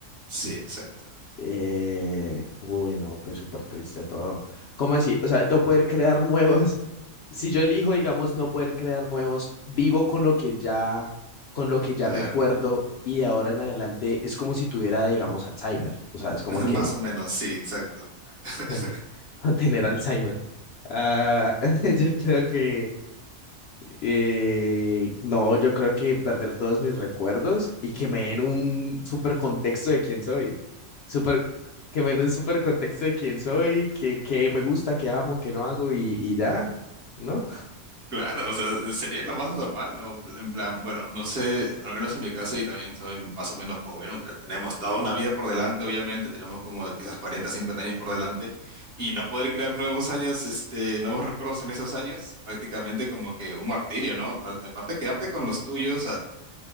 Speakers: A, on the right; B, on the left.
A: Sí, exacto,
B: Eh, uy, no, pues súper triste todo. ¿Cómo así? O sea, no poder crear <laughs> nuevos. Si yo elijo, digamos, no poder crear nuevos, vivo con lo que ya, con lo que ya
A: claro.
B: recuerdo y de ahora en adelante es como si tuviera, digamos, Alzheimer. O sea, es como
A: <laughs>
B: que
A: Más o menos, sí, exacto. <laughs>
B: <laughs> tener Alzheimer. Ah, <laughs> yo creo que eh, no, yo creo que perder todos mis recuerdos y que me den un súper contexto de quién soy. Súper, que me den un súper contexto de quién soy, que, que me gusta, que amo, que no hago y, y ya, ¿no?
A: Claro, o sea, sería lo más normal, ¿no? En plan, bueno, no sé, al menos en mi caso, y también soy más o menos joven, o sea, tenemos toda una vida por delante, obviamente, tenemos como quizás 40, 50 años por delante, y no poder crear nuevos años, este, nuevos recuerdos en esos años, prácticamente como que un martirio, ¿no? Aparte, aparte quedarte con los tuyos, a-